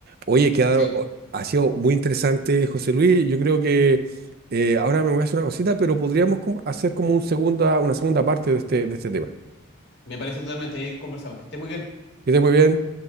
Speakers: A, on the right; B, on the left.
A: Oye, quedaron-
B: Sí.
A: o- ha sido muy interesante, José Luis. Yo creo que eh, ahora me voy a hacer una cosita, pero podríamos com- hacer como un segunda, una segunda parte de este, de este tema.
B: Me parece totalmente. Ahí conversamos. Que esté muy bien.
A: Que estés muy bien.